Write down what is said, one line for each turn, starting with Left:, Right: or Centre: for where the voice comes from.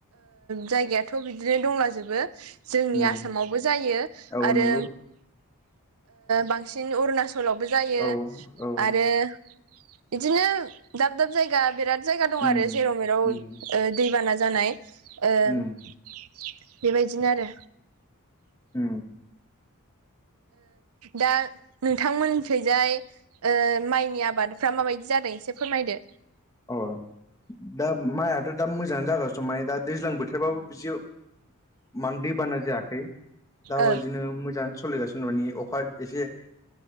Right: जायगायाथ' बिदिनो दंलाजोबो। जोंनि
Left: उम
Right: आसामावबो जायो
Left: औ
Right: आरो
Left: नंगौ
Right: बांसिन अरुनाचलावबो जायो
Left: औ औ
Right: आरो बिदिनो दाब दाब जायगा बिराद जायगा दं
Left: उम
Right: आरो जेराव मेराव
Left: उम
Right: दैबाना जानाय। बे
Left: उम
Right: बायदिनो आरो।
Left: ओ।
Right: दा नोंथांमोननिखैजाय माइनि आबादफ्रा माबायदि जादों एसे फोरमायदो?
Left: अ! दा माइथ' दा मोजाङानो जागासिनो दं माने दा दैज्लां बोथोरबाबो बिदि माने दैबाना जायाखै। दा
Right: ओ
Left: बेबादिनो मोजां सोलिगासिनो माने अखा एसे